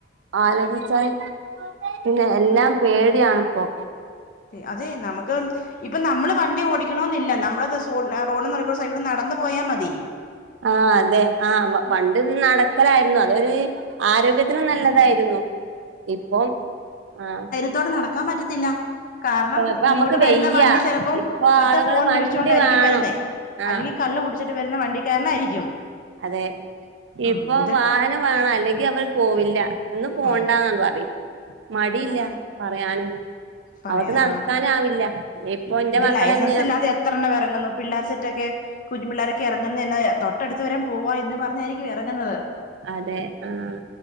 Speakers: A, on the right; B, on the left.
A: ആലോചിച്ചാ പിന്നെ എല്ലാം
B: ഉം
A: പേട്യാണ്പ്പോ.
B: അതെ നമക്ക് ഇപ്പ നമ്മള് വണ്ടി ഓടിക്കണോന്നില്ല ന <unintelligible> റോഡ്ന്റെ നടൂ ക്കൂടെ സൈഡുക്കൂടെ നടന്നു പോയാ മതി.
A: ആഹ് അതെ ആ പണ്ട് നടക്കലായിരുന്നു അതൊരു ആരോഗ്യത്തിന് നല്ലതായിരുന്നു ഇപ്പം അഹ്
B: ത്തോടെ നടക്കാൻ പറ്റത്തില്ല കാരണം
A: ഇപ്പ
B: ഇങ്ങോട്ട്
A: നമ്മുക്ക്
B: വരുന്ന
A: വെയ്യ
B: വണ്ടി ചിലപ്പം
A: ഇപ്പൊ
B: ഒരുത്തൻ
A: ആളുകള്
B: ഫോൺ
A: വണ്ടി
B: വിളിച്ചു കൊണ്ടായിരിക്കും
A: വേണം
B: വരുന്നേ
A: ആ
B: അല്ലെങ്കി കള്ള് കുടിച്ചിട്ട് വരുന്ന വണ്ടിക്കാരനായിരിക്കും
A: അതെ ഇപ്പൊ
B: ആഹ് ഇതൊക്കെ
A: വാഹനം വേണ അല്ലെങ്കി അവർ പോവില്ല എന്ന് പോ
B: ആഹ്
A: ണ്ടന്നാണ്ട് പറയും മടിയില്ല
B: അതെ
A: പറയാനും
B: പറയാ
A: അവക്ക് നടക്കാന
B: ആ
A: ആവില്ല ഇപ്പൊ എന്റെ
B: ഇത്
A: മക്കളെന്നെയാ
B: ലൈസൻസ് ഇല്ലാതെ എത്രണ്ണം ഇറങ്ങുന്നു പിള്ളേർ സെറ്റൊക്കെ കുഞ്ഞു പിള്ളോരൊക്കെ ഇറങ്ങുന്ന എന്നെ തൊട്ടടുത്ത് വരെം പോവാ എന്ന് പറഞ്ഞായിരിക്കും ഇറങ്ങുന്നത്
A: അതെ ആഹ്